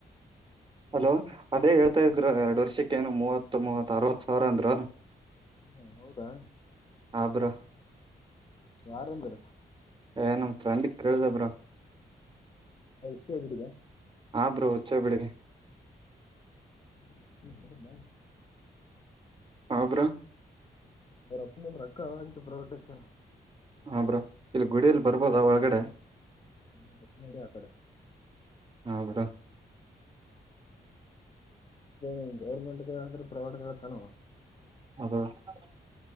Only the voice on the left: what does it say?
ಹ್ಮ ಹೌದಾ
ಯಾರಂದಾರ
ಇಷ್ಟೇ ಬಿಡಿಗೆ
ಬ
ಬರಪ್ಪ ನಂದ್ರ ರಕ್ಕ ಅವಾಜಕ್ಕೆ ಪ್ರವಟಚ್ಚನ
ನೀಡ ಮಡ ಆ ಕಡೆ
ೇ ಗೌರ್ಮೆಂಟ್ಂದ್ರೆ ಪ್ರವಟ್ ಕಾಣುವ <unintelligible>